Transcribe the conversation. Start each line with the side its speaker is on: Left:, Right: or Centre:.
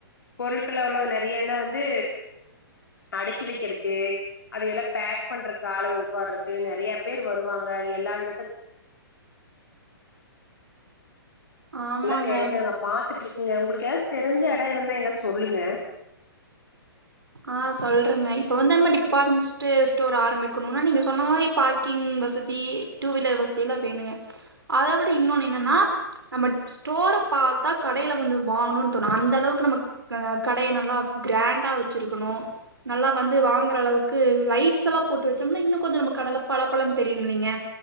Left: பொருட்கள அவ்ளொ நிறையன வந்து அடுக்கி வெக்றக்கு அது எல்லா பேக் பண்றக்கு ஆளு உட்கார்ருக்கு நெறைய பேர் வருவாங் எல்லா விதத்த
Right: ஆமாங்க
Left: நல்லா தெரிஞ்சங்க பாத்துட்டு இருக்கங்க உங்களுக்கு ஏதாச்சு தெரிஞ்ச இட இருந்தா எங்க சொல்லுங்க
Right: ஆ சொல்றங்க இப்ப வந்து நம்ம டிபார்ட்மெண்ட் ஸ்டோர் ஆரம்பிக்கணுனா நீங்க சொன்ன மாறி ப க்கிங் வசதி டூ வீலர் வசதி எல்லா வேணுங்க அத விட இன்னொன்னு என்னன்னா நம்ம ஸ்டோர பாத்தா கடைல வந்து வாங்கணுன்னு தோணு அந்த அளவுக்கு நம்ம அ கடைய நல்லா க்ராண்டா வச்சிருக்கணு நல்லா வந்து வாங்குற அளவுக்கு லைட்ஸ் எல்லா போட்டு வச்சோம்னா இன்னு கொஞ்ச நம்ம கடல பல பல தெரியும்ல்லிங்க